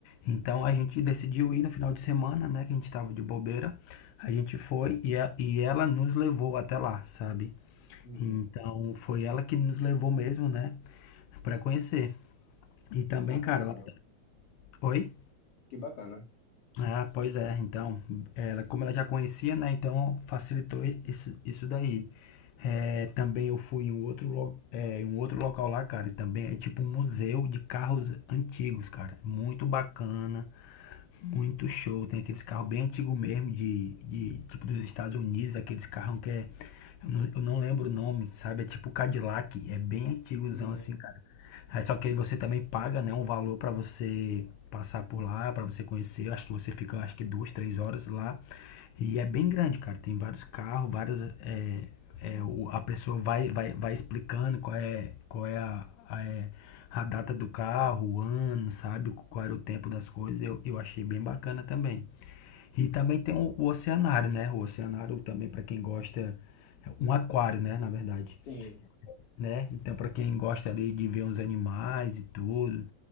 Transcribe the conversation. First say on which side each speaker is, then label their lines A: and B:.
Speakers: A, on the left (about 80°); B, on the left (about 55°).
A: Então a gente decidiu ir no final de semana, né? Que a gente tava de bobeira. A gente foi e, a, e ela nos levou até lá, sabe?
B: Uhum.
A: Então foi ela que nos levou mesmo, né, pra conhecer. E também,
B: Ah,
A: cara,
B: que bacana.
A: ela... tá- Oi?
B: Que bacana.
A: Ah, pois é. Então, ela, como ela já conhecia, né, então facilitou isso, isso daí. É, também eu fui em um outro, lo- é, em um outro local lá, cara, e também é tipo um museu de carros antigos, cara. Muito bacana. Muito show. Tem aqueles carros bem antigos mesmo, de, de tipo dos Estados Unidos, aqueles carros que é. Eu não, eu não lembro o nome, sabe? É tipo Cadillac. É bem antigozão
B: Hum,
A: assim, cara. Aí, só que aí você também paga, né, um valor pra você passar por lá, pra você conhecer. Eu Acho que você fica, acho que duas, três horas lá. E é bem grande, cara. Tem vários carros, várias, é, é, o, a pessoa vai, vai, vai explicando qual é, qual é a, a, é, a data do carro, o ano, sabe? Qual era o tempo das coisas. Eu, eu achei bem bacana também. E também tem o, o oceanário, né? O oceanário também, para quem gosta, é um aquário, né? Na verdade
B: sim.
A: né? Então, para quem gosta ali de ver uns animais e tudo,